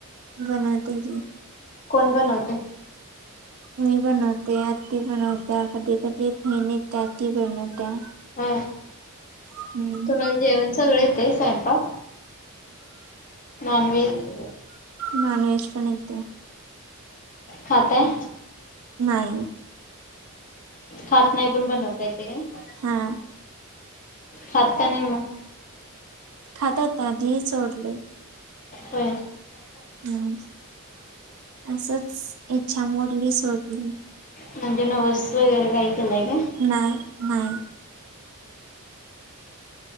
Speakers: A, on the right; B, on the left.
A: बनते ही
B: कोण बनत
A: मी बनवते आती बनवत कधी कधी बहिणी येतात ती बनवत्या
B: ह
A: हम्म
B: तुम्हाला जेवण सगळ येत स्वयंपाक नॉन वज
A: नान वेज पण येते
B: खाताय
A: नाही
B: खात नाही पण बनवताय येते का
A: हा
B: खात का नाही म
A: खातात ना धी सोडले
B: हो
A: हम् असच इच्छा मोरली सोडली
B: म्हणजे नवस वगैरे काय केलंय का
A: नाही नाही